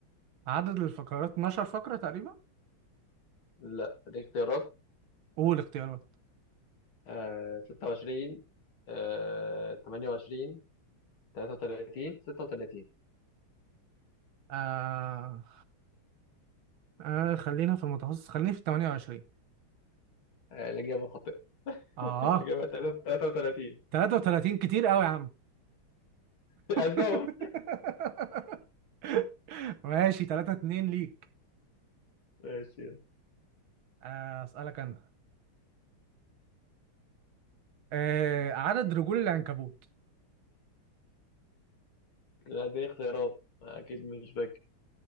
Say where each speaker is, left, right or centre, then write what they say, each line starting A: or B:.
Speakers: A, on the right; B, on the left.
A: عدد الفقرات 12 فقرة تقريبا
B: لا دي اختيارات
A: قول اختيارات
B: آه 26 آه 28 33 36
A: آه... آه خلينا في المتوسط خليني في 28
B: آه، الإجابة خاطئة <laughs>
A: اه
B: الإجابة 33
A: 33 كتير قوي يا عم
B: <laughs> قدهم
A: <laughs> ماشي 3 2 ليك
B: ماشي يلا.
A: آه اسألك انا آه عدد رجول العنكبوت
B: لا، دي اختيارات أكيد مش فاكر